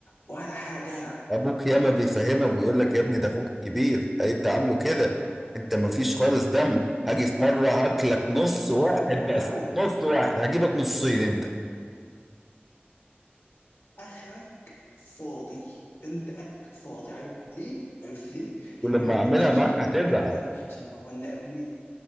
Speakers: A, on the left (about 80°); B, in the centre.
A: ولا حاجه انا
B: ابوك ياما بيفهمك ويقول لك يا ابني ده اخوك الكبير هيبقى عامله كده انت مفيش خالص دم هاجي في مرة هاكلك نص واحد
A: ما انا بحاول
B: بس نص واحد هجيبك نصين انت
A: اخرك فاضي انت اخرك فاضي عارف ليه؟ عارف ليه؟
B: ولما
A: لان حتى
B: اعملها
A: مش عشان
B: معاك
A: برضه
B: هتزعل
A: المره اللي فاتت عشان المره اللي قبليه